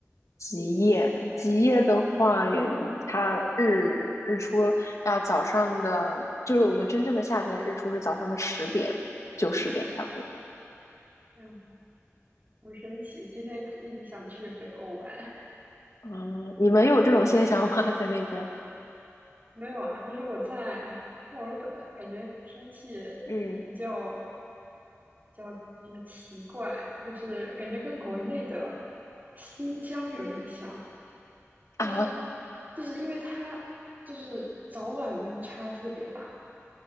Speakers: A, on the left; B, on the right.
A: 极夜。极夜的话，嗯它日日出要早上的，就是我们真正的夏天日出是早上的十点，九十点差不多。
B: 嗯，这样好神奇。之前一直想去北欧玩。
A: 嗯，你们有这种现象吗？<laughs> 在那边？
B: 没有啊，就是我在墨尔本，感觉天气
A: 嗯
B: 比较比较比较奇怪，就是感觉跟国内的
A: 嗯
B: 新疆有点像，就是
A: 啊，
B: 就是因为它就是早晚温差特别大。